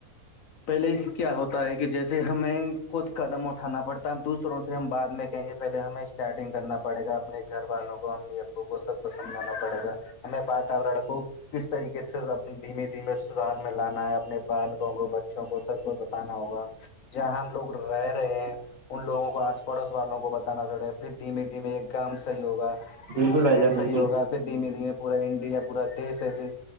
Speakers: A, on the left (about 65°); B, on the right (about 50°).
A: پہلے کیا ہوتا ہے کہ جیسے ہمیں خود قدم اٹھانا پڑتا ہے دوسروں سے ہم بد میں کہیں گے پہلے ہمیں اسٹارٹنگ کرنا پڑے گا اپنے گھر والوں کو امی ابو کو سب کو سمجھانا پڑے گا ہم میں واتور کو کس طریقے سےب دھیمے دھیمے سدار میں لانا ہے اپنے بالکوں کو بچوں کو سب کو بتانا ہوگا جہاں ہم لوگ رہ رہے ہیں ان لوگوں کو آس پا پڑوس والوں کو بتانا پڑےا پھر دھیمے دھیمے ایک کام صحی ہوگا
B: بالکل
A: ایک
B: بھائی
A: شہر
B: جان
A: صحی
B: بالکل
A: ہوگا پھر دھیمے دھیمے پورا انڈیا پورا دیش ایسے